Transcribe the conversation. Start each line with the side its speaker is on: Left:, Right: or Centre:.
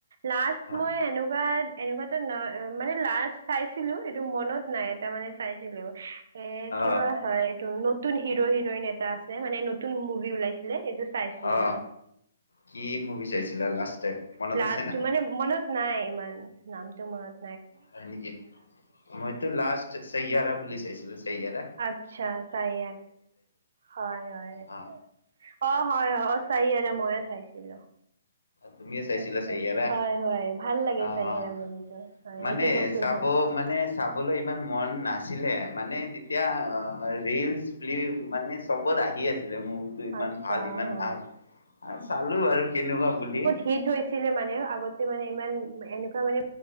Right: লাষ্ট
Left: অ
Right: মই এনে িবা এনেকুৱাাতো ন মানে লাষ্ট চাইছিলো এইটো মনত নাই এটা মানে চাইছিলো এ
Left: অ
Right: কিব হয় এইটো নতুন হিৰো হিৰইন এটা আছে মানে নতুন মুভি ওলাইছিলে এইটো চাইছিলো
Left: অ
Right: লাষ্ট
Left: কি মোৰ বিচাৰিছিলা লাষ্ট টাইম মনত
Right: প্লাছটো
Left: আছে নে
Right: মানে ম নাই ইমান নামটোো মত
Left: হয় নেকি মইতো লাষ্ট চয়াৰা বুলি চাইছিলো চেয়াৰা
Right: আচ্ছা চাৰ হয় হয় আছা
Left: অ
Right: অ হয় হয় চাই আ ময় চাইছিলো
Left: তুমিও চাইছিলা
Right: আা
Left: চয়াৰা
Right: হয় হয় ভাল লাগে
Left: আহ
Right: চাৰয় মৰ্জিটো হয়
Left: মানে
Right: এইটো নতুন
Left: চাব
Right: হয়
Left: মানে চাবলৈ ইমান মন নাছিলে মানে তেতিয়া ৰিলচ ফ্লিপ মানে চবত আহি আছে মুভি টো ইমান
Right: আচ্ছা
Left: ভাল ইমান
Right: অ
Left: ভাল চালো আৰু কেনেকুৱা বুলি
Right: হিত হৈছিলে মানে আগতে মানে ইমান এনেকুৱা মানে